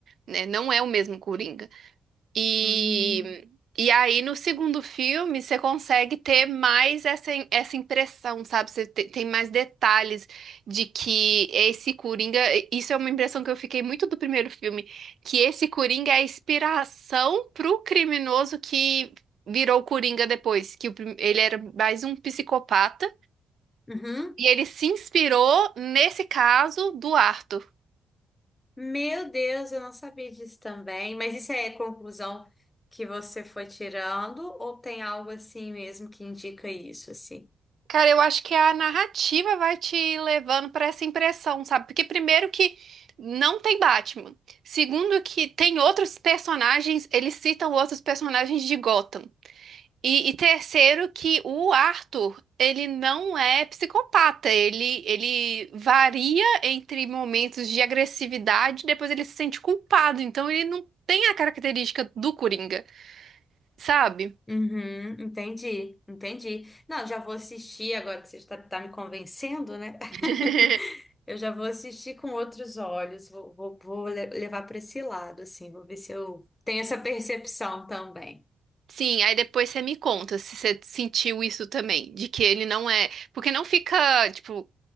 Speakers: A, on the right (about 55°); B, on the left (about 15°).
A: né? Não é o mesmo Coringa. E,
B: Hum.
A: e aí, no segundo filme, você consegue ter mais essa, essa impressão, sabe? Você te- tem mais detalhes de que esse Coringa. Isso é uma impressão que eu fiquei muito do primeiro filme, que esse Coringa é a inspiração pro criminoso que virou o Coringa depois, que o prim- ele era mais um psicopata.
B: Uhum.
A: E ele se inspirou nesse caso do Arthur.
B: Meu Deus, eu não sabia disso também. Mas isso é conclusão que você foi tirando ou tem algo assim mesmo que indica isso, assim?
A: Cara, eu acho que a narrativa vai te levando para essa impressão, sabe? Porque primeiro que não tem Batman. Segundo que tem outros personagens, eles citam outros personagens de Gotham. E, e terceiro que o Arthur, ele não é psicopata, ele, ele varia entre momentos de agressividade, depois ele se sente culpado, então ele não tem a característica do Coringa, sabe?
B: Uhum, entendi, entendi. Não, já vou assistir agora que você está tá me convencendo, né?
A: <laughs>
B: <laughs> Eu já vou assistir com outros olhos, vou, vou, vou le- levar para esse lado, assim, vou ver se eu tenho essa percepção também.
A: Sim, aí depois você me conta se você sentiu isso também, de que ele não é. Porque não fica, tipo,